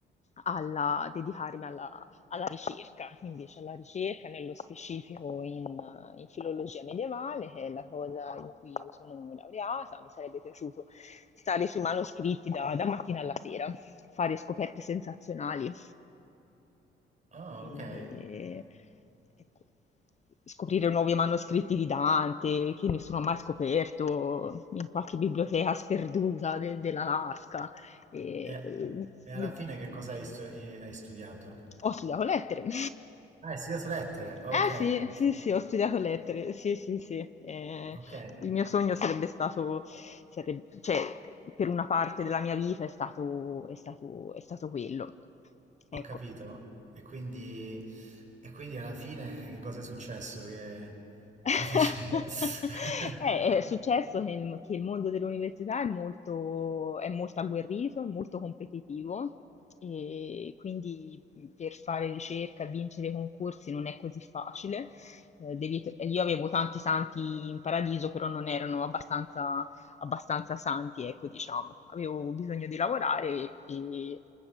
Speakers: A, on the left; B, on the right.
A: alla- dedicarmi alla, alla ricerca, invece alla ricerca nello specifico in, eh, in filologia medievale, che è la cosa in cui io sono laureata, mi sarebbe piaciuto stare sui manoscritti da, da mattina alla sera, fare scoperte sensazionali.
B: Oh,
A: E,
B: ok. E,
A: ecco, scoprire nuovi manoscritti di Dante che nessuno ha mai scoperto in qualche biblioteca sperduta de- dell'Alaska. E...
B: e- e alla
A: vi-
B: fine che cosa hai stu- hai studiato?
A: Ho studiato lettere. <laughs>
B: Ah, hai studiato lettere, ok,
A: Eh sì, sì, sì, ho studiato lettere, sì, sì, sì. Eh,
B: ok,
A: il mio sogno sarebbe stato, sareb- cioè, per una parte della mia vita è stato, è stato, è stato quello. Ecco.
B: ho capito. E quindi, e quindi alla fine che cosa è successo? Che,
A: <laughs>
B: che invece... <laughs>
A: Eh, è successo che il, che il mondo dell'università è molto, è molto agguerrito, è molto competitivo e quindi per fare ricerca e vincere i concorsi non è così facile. Eh, devi- io avevo tanti santi in paradiso, però non erano abbastanza abbastanza santi, ecco, diciamo. Avevo bisogno di lavorare e,